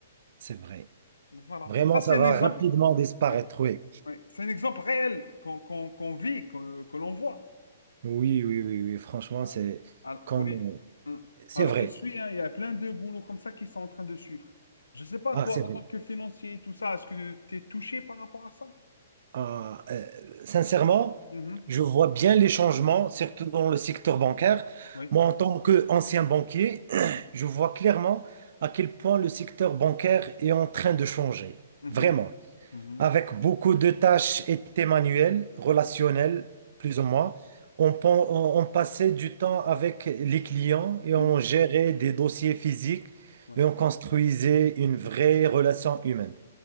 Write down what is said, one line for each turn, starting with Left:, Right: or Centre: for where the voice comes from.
Right: c'est vrai.
Left: Donc, voilà.
Right: Vraiment,
Left: Ça, c'est
Right: ça
Left: un
Right: va
Left: exemple,
Right: rapidement disparaître.
Left: oui,
Right: Oui,
Left: oui. C'est un exemple réel qu'on qu'on, qu'on vit, que, que l'on voit.
Right: oui, oui, oui, oui. Franchement,
Left: Ah,
Right: c'est
Left: ah,
Right: comme.
Left: oui.
Right: euh,
Left: Hmm.
Right: C'est
Left: Alors,
Right: vrai.
Left: il suit, hein, il y a plein de boulots comme ça qui sont en train de suivre. Je sais pas,
Right: Ah,
Left: toi,
Right: c'est vrai.
Left: en tant que financier et tout ça, est-ce que tu es touché par rapport à ça?
Right: Ah, euh, sincèrement,
Left: Mhm.
Right: je vois bien les changements, surtout
Left: Mhm.
Right: dans le secteur bancaire.
Left: Oui.
Right: Moi, en tant qu'ancien banquier,
Left: Mhm.
Right: <clears throat> je vois clairement à quel point le secteur bancaire est en train de changer.
Left: Mhm.
Right: Vraiment.
Left: Mhm.
Right: Avec beaucoup de tâches et de manuelles, relationnelles,
Left: Mhm.
Right: plus ou moins. On,
Left: Mhm.
Right: pen- on on passait du temps avec les clients et
Left: Mhm.
Right: on
Left: Mhm.
Right: gérait des dossiers physiques
Left: Ouais.
Right: et on construisait une vraie relation humaine.